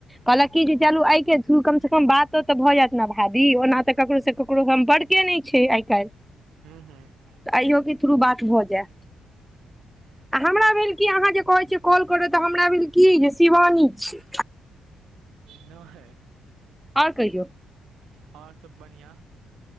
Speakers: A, in the centre; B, on the right.
A: कहलक की
B: ओ
A: जे चलू अय के थ्रु कमसँ कम बातो तऽ भऽ जायत ने भाभी ओना तऽ ककरोसँ ककरो संपर्क के नहि छै आइ काल्हि
B: हूंम्म हूंम्म
A: तऽ अइयो के थ्रू बात भऽ जाय आ हमरा भेल कि आहाँ जे कहै छिय कॉल कहलौं तऽ हमरा भेल की जे शिवानी छी
B: नहि
A: आओर कहियौ
B: आओर सभ बढ़ियाँ